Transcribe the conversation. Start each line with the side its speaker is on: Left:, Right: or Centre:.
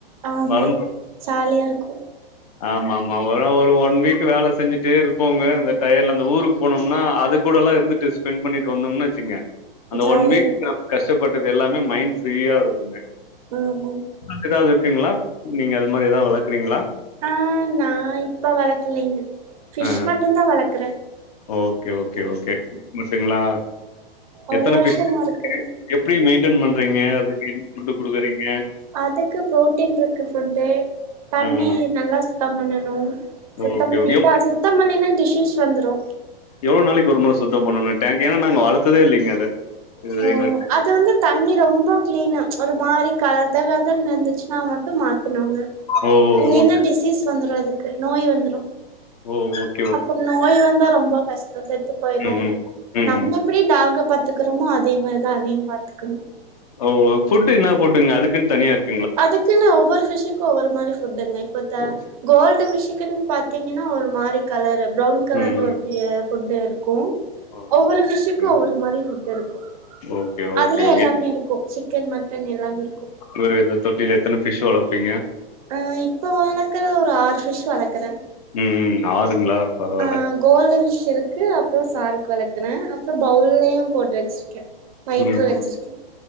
Right: ஆமா
Left: மறந் <inaudible>
Right: ஜாலியா இருக்கு
Left: ஆமாம்மா ஒரு ஒரு ஒன் வீக் வேல செஞ்சுட்டே இருப்போங்க அந்த டயடுல அந்த ஊருக்கு போனம்னா அது கூடலா இருந்துட்டு ஸ்பென்ட் பண்ணிட்டு வந்தொம்னா வெச்சுங்க அந்த
Right: ஜாலியா
Left: ஒன் வீக்குக்கு
Right: இருக்கு
Left: கஷ்டப்பட்டது எல்லாமே மைண்ட் ஃப்ரீயா இருக்குங்க
Right: ஆமா
Left: அங்க எதாவது இருக்குங்களா நீங்க அது மாதிரி எதாவ்து வளக்குறிங்ளா
Right: ஆ நா இப்ப வளக்கலிங்க பிஷ்
Left: ஆ
Right: மட்டு தா வளக்கற
Left: ஓகே ஓகே ஓகே முசுங்களா
Right: ஒரு
Left: எத்தன
Right: வருஷமா
Left: பிஷ்
Right: இருக்குங்க
Left: <inaudible> எப்படி மெயின்டைன் பண்றீங்க அதுக்கு என் ஃபுட்டு குடுக்குறீங்க
Right: அதுக்கு ப்ரோட்டீன் இருக்கு ஃபுட்டு தண்ணி
Left: ஆ ஆ.
Right: நல்லா சுத்தோ பண்ணணு சுத்தம்
Left: ஓகே,
Right: பண்ணிட்டா
Left: ஓகே. எவ்ளோ
Right: சுத்தம் பண்லினா டிஷிஸ் வந்துரு
Left: எவ்ளோ நாளைக்கு ஒரு முற சுத்தம் பண்ணணு டேங்க் ஏனா நாங்க வளர்த்ததே இல்லைங்க அத இது
Right: ம்
Left: எங்களுக்கு
Right: அது வந்து தண்ணி ரொம்ப கிளீனா ஒரு மாரி கத கதனு இருந்துச்சுனா மட்டும் மாத்தனுங்க
Left: ஓ!
Right: இல்லைன்னா
Left: ஓகே.
Right: டிசீஸ் வந்துரு அதுக்கு நோய் வந்துரு
Left: ஓ ஓக்
Right: அப்ப நோய் வந்தா ரொம்ப கஷ்டொ செத்து போயிரு
Left: ம், ம். ம்,
Right: நம்ம
Left: ம்.
Right: எப்டி டாக்க பாத்துக்கறோமோ அதே மாரிதா அதையு பாத்துக்கணு
Left: ஓ ஃபுட்டு என்ன ஃபுட்டுங்க அதுக்குன் தனியா இருக்
Right: அதுக்குன்னு ஒவ்வொரு ஃபிஷுக்கு ஒவ்வொரு மாரி ஃபுட்டுங்க இப்பத்த
Left: ஓ!
Right: கோல்டு ஃபிஷ்க்குன்னு பாத்தீங்கன்னா ஒரு மாரி கலரு ப்ரவுன் கலர்ல
Left: ம், ம்.
Right: ஒரு ய ஃபுட் இருக்கு
Left: ஓ!
Right: ஒவ்வொரு
Left: சரி,
Right: ஃபிஷுக்கு
Left: சரிங்க.
Right: ஒவ்வொரு மாரி ஃபுட் இருக்கு
Left: ஓகே, ஓகே.
Right: அதுலே எல்லாமே
Left: எத்
Right: இருக்கு சிக்கன் மட்டன் எல்லாமே இருக்கு
Left: ஒரு இந்த தொட்டில எத்தன ஃபிஷ் வளப்பீங்க
Right: ஆ இப்ப வளக்கல் ஒரு ஆறு ஃபிஷ் வளக்குறே
Left: ம். பரவால்ல.
Right: ஆ கோல்டு ஃபிஷ் இருக்கு அப்றோ சார்க் வளக்குறே அப்றோ பவுல்லையு போட்டு வச்சிருக்கே வயிற்று
Left: ம் ம்
Right: வச்சிருக்கே